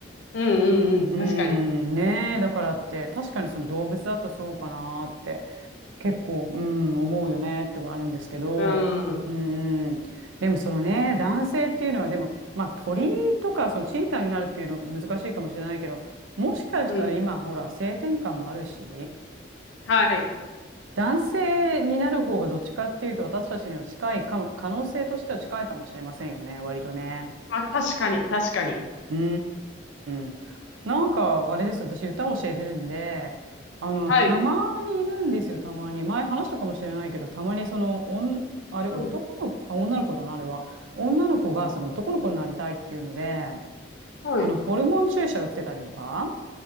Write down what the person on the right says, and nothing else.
うーん、
ねえ、だからって、確かにその動物だとそうかなーって、結構、うん、思うよねってあるんですけど、
うん、うん、でもそのね、男性っていうのは、でも、まあ鳥とか、そのチーターになるっていうの難しいかもしれないけど、
もしかしたら今、
ほら、性転換もあるし、
男性になる方がどっちかっていうと私たちには近いかも、可能性としては近いかもしれませんよね、割とね。
うーん。なんか、あれですよ、私歌を教えてるんで、あの、
たまにいるんですよ、たまに。前話したかもしれないけど、たまにその、おん、あれ、
男の子、あ、女の子だな、あれは。女の子がその男の子になりたいっていうので、
あの、ホルモン注射打ってたりとか。